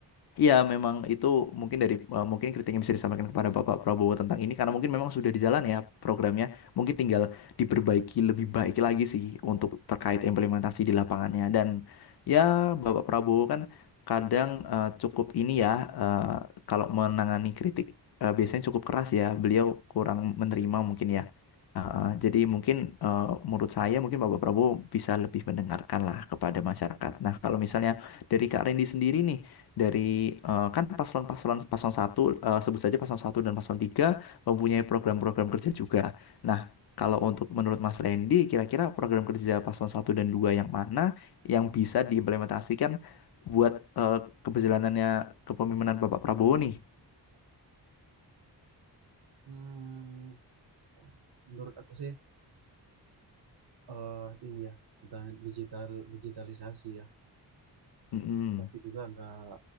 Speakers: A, on the left; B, on the right.
A: Iya, memang itu mungkin dari eh, mungkin kritik yang bisa disampaikan kepada Bapak Prabowo tentang ini karena mungkin memang sudah di jalan ya programnya. Mungkin tinggal diperbaiki lebih baik lagi sih untuk terkait implementasi di lapangannya dan ya Bapak Prabowo kan kadang eh, cukup ini ya eh, kalau menangani kritik eh, biasanya cukup keras ya. Beliau kurang menerima
B: Iya.
A: mungkin ya. Eh, eh, jadi mungkin eh, menurut saya mungkin Bapak Prabowo bisa lebih mendengarkan lah kepada masyarakat. Nah, kalau misalnya dari Kak Rendi sendiri nih dari eh, kan paslon-paslon paslon satu eh, sebut saja paslon satu dan paslon tiga mempunyai program-program kerja juga. Nah, kalau untuk menurut Mas Randy, kira-kira program kerja paslon satu dan dua yang mana yang bisa diimplementasikan buat eh, keberjalanannya kepemimpinan Bapak Prabowo nih?
B: Hmm, menurut aku sih eh ini ya tentang digital digitalisasi ya,
A: Mm-mm.
B: tapi juga nggak